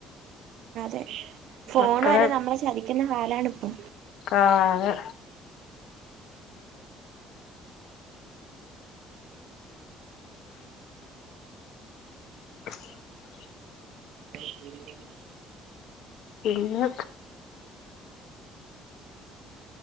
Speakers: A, on the right (about 65°); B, on the left (about 70°).
A: അതെ ഫോൺ
B: മക്കളെ
A: വരെ നമ്മളെ ചതിക്കുന്ന കാലാണ്പ്പൊ
B: കാതെ <inaudible>
A: <inaudible>
B: പിന്നെ